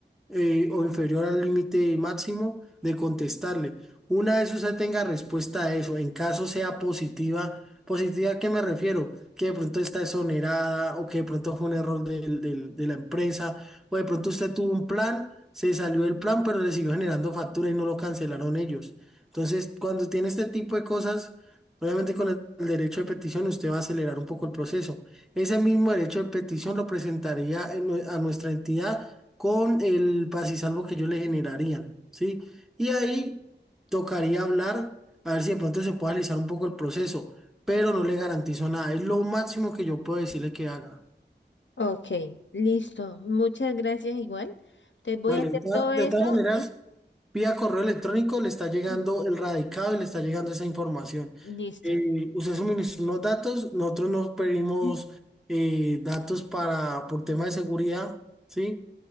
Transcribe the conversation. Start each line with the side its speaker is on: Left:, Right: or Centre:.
Centre: eh, o inferior al límite máximo de contestarle. Una vez usted tenga respuesta a eso, en caso sea positiva, positiva, ¿a qué me refiero? Que de pronto está exonerada o que de pronto fue un error del- del- de la empresa o de pronto usted tuvo un plan, se salió del plan, pero le siguió generando factura y no lo cancelaron ellos. Entonces, cuando tiene este tipo de cosas Obviamente con el el derecho de petición usted va a acelerar un poco el proceso. Ese mismo derecho de petición lo presentaría en nue- a nuestra entidad con el pasisalvo que ellos le generarían, ¿sí? Y ahí tocaría hablar, a ver si de pronto se puede alisar un poco el proceso, pero no le garantizo nada. Es lo máximo que yo puedo decirle que haga.
Left: Ok, listo. Muchas gracias igual. Te voy
Centre: Vale,
Left: a hacer
Centre: de todas
Left: todo eso
Centre: de todas maneras,
Left: y
Centre: vía correo electrónico le está llegando
Left: <clears throat>
Centre: el radicado y le está llegando esa información.
Left: listo.
Centre: Eh, usted suministró unos datos, nosotros nos pedimos
Left: <clears throat>
Centre: eh, datos para, por tema de seguridad, ¿sí?